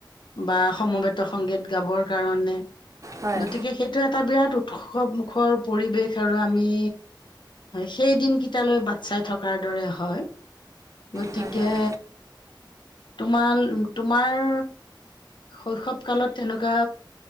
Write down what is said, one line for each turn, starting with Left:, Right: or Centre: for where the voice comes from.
Left: বা সমবেত সংগীত গাবৰ কাৰণে
Right: হয়
Left: গতিকে সেইটো এটা বিৰাট উৎসৱমুখৰ পৰিৱেশ আৰু আমি সেই দিনকেইটালৈ বাট চাই থকাৰ দৰে হয়। গতিকে
Right: হয় হয়
Left: তোমাৰ তোমাৰ শৈশৱ কালত তেনেকুৱা